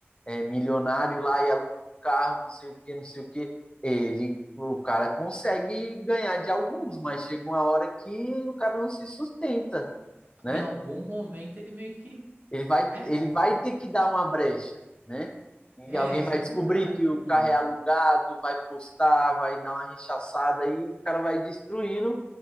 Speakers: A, on the left; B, on the right.
A: é milionário lá e aluga um carro, não sei o que, não sei o que. Ele, o cara consegue ganhar de alguns, mas chega uma hora que o cara não se sustenta, né?
B: em algum momento ele meio que.
A: Ele vai,
B: É,
A: ele vai ter que dar uma brecha, né? E
B: é,
A: alguém
B: isso
A: vai
B: é
A: descobrir
B: verdade,
A: que
B: né,
A: o
B: mano?
A: carro é alugado, vai postar, vai dar uma rechaçada e o cara vai destruindo